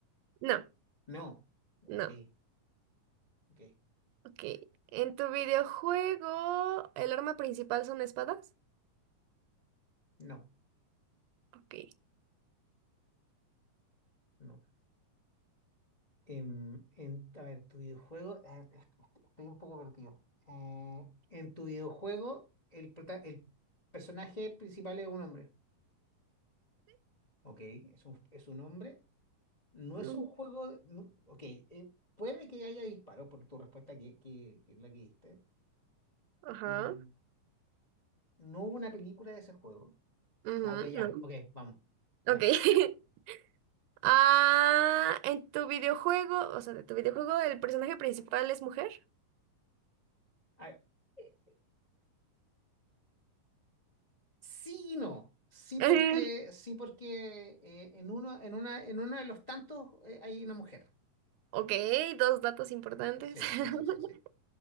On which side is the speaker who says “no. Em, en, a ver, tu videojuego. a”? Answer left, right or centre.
Left